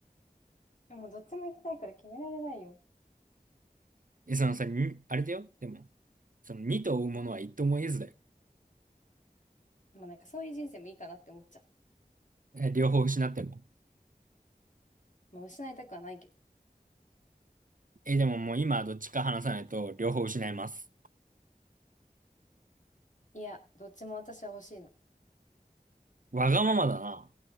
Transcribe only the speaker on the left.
でもどっちも行きたいから決められないよ。
まあなんかそういう人生もいいかなって思っちゃう。
まあ失いたくはないけど。
いや、どっちも私は欲しいの。